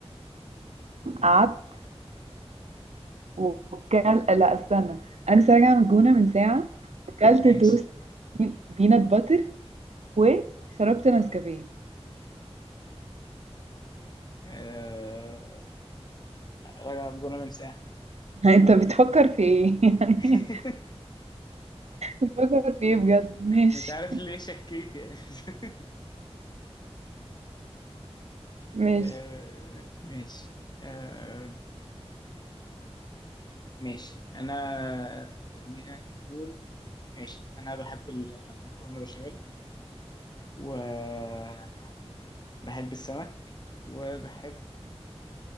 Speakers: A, on the right; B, on the left.
A: قعدت وكل لا استنى انا لسه راجعه من الجونه من ساعه وكلت
B: ماشي
A: توست بينات باتر وشربت نسكافيه
B: آه... راجع بجونة من ساعة
A: <laughs> انت بتفكر في ايه <laughs> يعني
B: <laughs>
A: بتفكر في ايه بجد ماشي
B: مش عارف ليه شكيت يعني <laughs>
A: ماشي
B: آه... ماشي آه... ماشي أنا خلينا نقول ماشي أنا بحب المكرونة بشاميل وبحب السمك وبحب